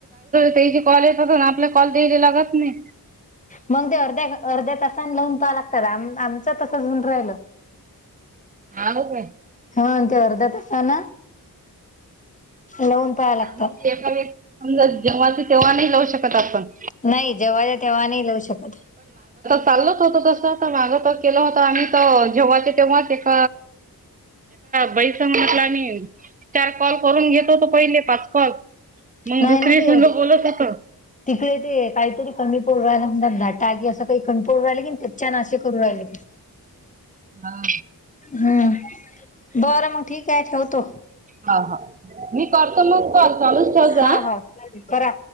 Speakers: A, on the right; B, on the left.
A: त्याची कॉल येत होता ना आपला कॉल द्यायला लागत नाही
B: मग ते अर्ध्या अर्ध्या तास चांगलंन प लागतात आमच तसचऊन राहिल
A: <inaudible>
B: हा ते अर्धा तासा ना लावून पहाय लागतात
A: म्हणजे जव्हा समजा जेव्हाच तेव्हा नाही लावू शकत आपण
B: नाहीय जवा चा तेवा नाही लावू शकत
A: चालत होत तस माग त केलं होत आम्ही तर जेव्हाच्या तेव्हाच एक बैस म्हटला आणि चार कॉल करून घेतोतो पहिले पाच कॉल मग
B: नाही
A: दुसरी
B: ना ते
A: संघ बोलत होत.
B: तिकडे ते काहीतरी कमी राहिला म्हम टागी असं काही कणपोळ राहिले की त्याचच्या नाशे करू राहिले
A: हा
B: हम्म बरं मग ठीक आहे ठेवतो
A: हा हा मी करतो मग कॉल चालूच ठेव
B: हा
A: जा
B: हा करा